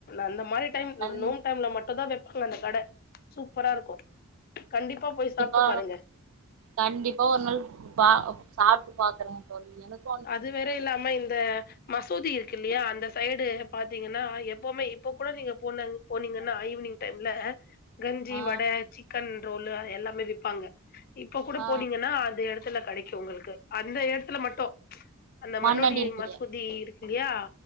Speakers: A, on the left; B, on the right.
A: அந்த மாரி டைம்
B: கண்
A: இந்த நோன்பு டைம்ல மட்டுதா வெப்பாங்க அந்த கட சூப்பரா இருக்கு கண்டிப்பா போய் சாப்ட்டு
B: அ
A: பாருங்க
B: கண்டிப்பா ஒரு நாள் பா சாப்ட்டு பாக்குறேங் தோழி எனக்
A: அது வேற இல்லாம இந்த மசூதி இருக்கு இல்லயா அந்த சைடு பாத்தீங்கன்னா எப்போமே இப்போ கூட நீங்க போனங் போனீங்கன்னா ஈவ்னிங் டைம்ல கஞ்சி
B: ஆ
A: வட சிக்கன் ரோலு எல்லாமே விப்பாங்க இப்ப கூட
B: ஆ
A: போனீங்கன்னா அந்த எட த்துல கடைக்கு உங்ளுக்கு அந்த எடத்துல மட்டு அந்த மண்ணோடி
B: மண்ணடியிலயே
A: மசூதி இருக்கில்லயா